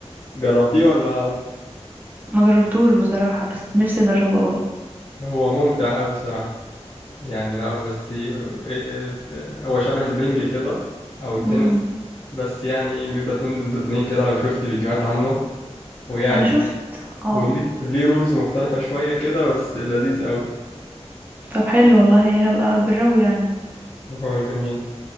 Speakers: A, on the left; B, on the right.
A: جربتيه ولا
B: ما جربتوش بصراحة بس نفسي اجربه قوي
A: هو ممتع أوي الصراحة يعني لو بس ي- إيه، ب- هو شبه البنج كده أو التنس
B: امم
A: بس يعني إيه، بيبقى اتنين ضد اتنين كده لو شفت فيديوهات عنه ويعني
B: انا شفت اه
A: وليه وليه رولز مختلفة شوية كده بس لذيذ أوي
B: طب حلو والله هبقى اجربه يعني
A: هو جميل